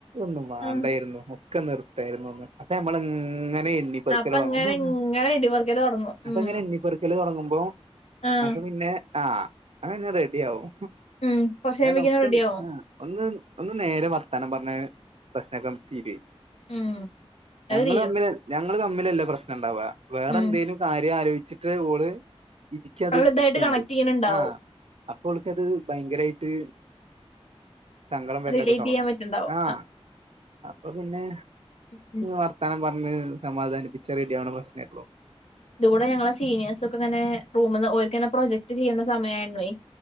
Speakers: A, on the right (about 70°); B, on the left (about 80°).
A: ഒന്നും വേണ്ടായിന്നു.
B: ആഹ്
A: ക്കെ നിർത്തെര്ന്നു അപ്പ നമ്മൾ ഇങ്ങനെ എണ്ണി പേറുകാലോടുങ്ങും
B: അപ്പൊ ഇങ്ങനെ ഇങ്ങനെ ഇടിപറിക്കല് തൊടങ്ങും
A: അപ്പങ്ങനെ
B: ഉം
A: എണ്ണി പേർക്കി - ല് തോടങ്ങുമ്പോ
B: ആഹ്
A: അപ്പൊ പിന്നെ ആഹ് അ ആക്കേ റെഡി ആവും.
B: ഉം കൊറച്ച് കയ്യിമ്പക്കിനും
A: അങ്ങനെ ഒക്കെ
B: റെഡിയാവും
A: ആഹ് ഒന്ന് ഒന്ന് നേരെ വർത്താനം പറഞ്ഞ പ്രശ്നകം തീരുഎ
B: ഉം അത്
A: ഞങ്ങള്
B: തീരും
A: തമ്മില് ഞങ്ങള് തമ്മിലല്ല പ്രശ്നംണ്ടവാ വേറെ
B: ഉം
A: എന്തേലും കാര്യം ആലോചിച്ചിട്ട് ഓള് ഇത ക്ക് അത്
B: ഇതായിട്ട്
A: കൊണ്ടുരും
B: കണക്ട് ചെയ്യണുണ്ടാവും
A: ആഹ് അപ്പോൾക്കത് അത് ഭയങ്കരയിട്ട്. സങ്കടം വര്
B: റിലേറ്റ്
A: <unintelligible> തുടങ്ങും
B: ചെയ്യാൻ പറ്റുണ്ടാവും
A: ആഹ് അപ്പൊ പിന്നെ
B: ഉം ഉം,
A: വർത്താനം പറഞ്ഞ് സമാധാനിപ്പിച്ച റെഡി ആവണ പ്രശ്നേള്ളും
B: ഇതൂടെ ഞങ്ങളെ സീനിയേഴ്സൊക്കെങ്ങനെ റൂമ്ന്ന് ഓൽക്കെന്നെ പ്രൊജക്ട് ചെയ്യുന്ന സമയായിരുന്നേയ്.